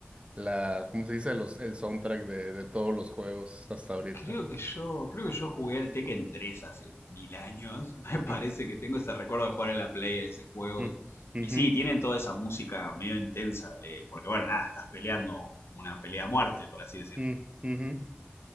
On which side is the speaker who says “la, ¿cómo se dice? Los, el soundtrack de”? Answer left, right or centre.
Right